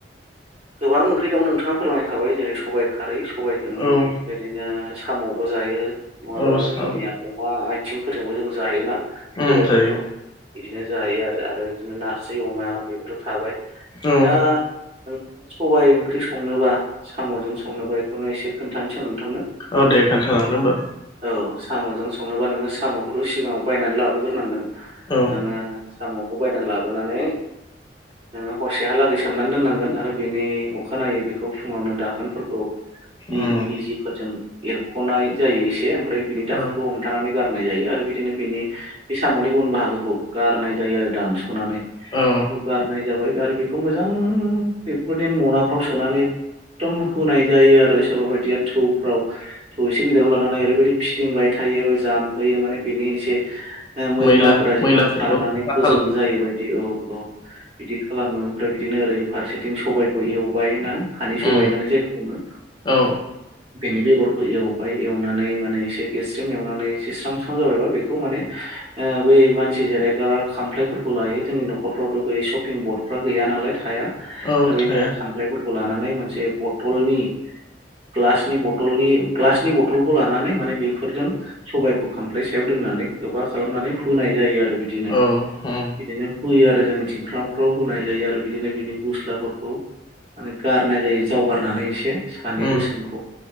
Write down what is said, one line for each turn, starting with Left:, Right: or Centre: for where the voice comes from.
Right: गोबां ओंख्रि दं नोंथाङा फोरमायखाबाय जेरै सबायाइ खारै सबायजों
Left: औ
Right: बिओरैनो साम'बो जायो। नङाबा
Left: औ साबो
Right: जोंनिया अमा आथिंफोरजोंबो जों जायोना?
Left: उम
Right: सबाइखौथ'
Left: जायो।
Right: बिदिनो जायो आरो आरो बिदिनो नाजि अमा बेबोथ' थाबाय
Left: औ
Right: दा नोंङो सबायाइ ओंख्रि संनोबा सामुजों संनोबा बेखौनो एसे खोन्थानोसै नोंथां।
Left: औ दे खोनथालांदो ओमबा
Right: औ साम'जों संनोबा नोङो साम'खौथ' सिगांङाव बायनानै लाबोग्रोनांगोन
Left: औ
Right: नोङो सामु बायना लाबोनानै नोङो हरसेहालागै सोमनानै दोननांगोन आरो बेनि अखानायैबो फुङावनो दाखोनफोरखौ बिजिफोरजों
Left: उम
Right: एरखनाय जायो। <unintelligible> ओमफ्राय बिनि दाखोनखौ
Left: औ
Right: हमथानानै गारनाय जायो आरो बिदिनो बेनि बे साम'नि उन बाहागोखौ गारनाय जायो आरो दानस नानै
Left: औ
Right: बेखौ गारनाय जाबाय आरो बेखौ मोजां बेफोरबायदि मनाफ्राव सोनानै एखदम हुनाय जायो आरो सोरबा बायदिया थौफ्राव थौ एसे गिदिराव लानानै ओरैबायदि फिदिं बाय थायो जामहैयो माने बेनि एसे मैलाफोरा
Left: मैला
Right: जेन'
Left: मैलाफोरखौ
Right: खारनानै
Left: साफा
Right: गोजों
Left: खालाम
Right: जायो बायदि औ औ बिदि खालामो। ओमफ्राय बिदिनो ओरै फारसेथिं सबायाइखौ एवबाय ना हानि सबाय
Left: उम
Right: होननानै जायखौ बुङो।
Left: औ
Right: बेनि बेगरखौ एवबाय एवनानै माने एसे गेस्रेम एवनानै एसे स्रां स्रां जाबायबा बेखौ माने ओ बै मानसि जिरायग्रा खामफ्लायफोरखौ लायो जोंनि न'खरफ्रावथ' बे शपिं बटफ्रा गैया नालाय थाया। दा
Left: औ औ
Right: बेनि
Left: थाया
Right: थाखाय खामफ्लायफोरखौ लानानै मोनसे बथलनि ग्लासनि बथलनि ग्लासनि बथलखौ लानानै माने बेफोरजों सबायाइखौ खामफ्लाय सायाव दोन होनानै गोबा खालामनानै फुनाय जायो आरो बिदिनो
Left: औ उम
Right: बिदिनो। होयो आरो जोंनिथिं ख्रावख्राव होनाय जायो आरो बिदिनो बिनि गस्लाफोरखौ माने गारनाय जायो जावगारनानै एसे सानि
Left: उम
Right: गोसोमखौ